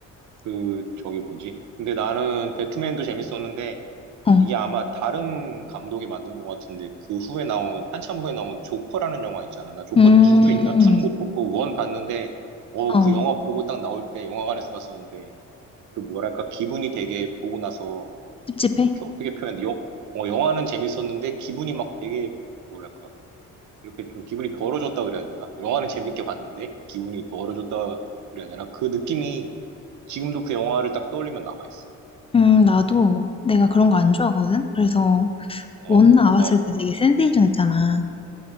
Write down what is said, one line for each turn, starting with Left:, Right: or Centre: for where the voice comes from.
Right: 그, 저기 뭐지? 근데 나는 배트맨도 재밌었는데,
Left: 어,
Right: 이게 아마 다른 감독이 만든 것 같은데, 그 후에 나온, 한참 후에 나온 조커라는 영화 있잖아. 나 조커
Left: 음,
Right: 2도 있나? 2는 못 봤고, 1 봤는데, 어,
Left: 어,
Right: 그 영화 보고 딱 나올 때 영화관에서 봤었는데, 그 뭐랄까, 기분이 되게 보고 나서,
Left: 찝찝해.
Right: 이렇게 어떻게 표현해? 영, 어, 영화는 재밌었는데, 기분이 막 되게, 뭐랄까, 이렇게 좀 기분이 벌어졌다 그래야 되나? 영화는 재밌게 봤는데 기분이 벌어졌다 그래야 되나? 그 느낌이 지금도 그 영화를 딱 떠올리면 남아있어.
Left: 음, 나도 내가 그런 거 안 좋아하거든. 그래서
Right: 어,
Left: 원 나왔을
Right: 어,
Left: 때 되게 센세이션했잖아.